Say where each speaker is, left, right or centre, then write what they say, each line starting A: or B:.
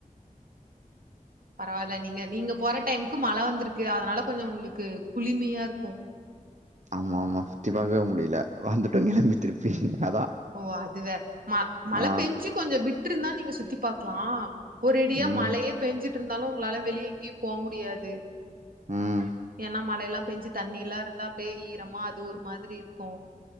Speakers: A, on the right; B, on the right.
A: பரவால்ல நீங்க நீங்க போற டைம்க்கு மழ வந்திருக் க்கு அதனால கொஞ்சோ உங்களுக்கு குளிமையா இருக்கு
B: ஆமா ஆமா சுத்தி பாக்கவே முடியல வந்துட்டோ கெளம்பி திருப்பி அதா
A: ஓ அதுவே ம மழ
B: ஆ
A: பெஞ்சு கொஞ்ச விட்டுருந்தா நீங்க சுத்தி பாக்கலா ஒரு இடியா
B: ம்
A: மழையே பெஞ்சிட்டு இருந்தாலு உங்களால வெளிய எங்கேயு போ முடியாது
B: ம்
A: ஏன்னா மழல்லா பெஞ்சு தண்ணி எல்லா இருந்தா அப்படியே ஈரமா அது ஒரு மாதிரி இருக்கு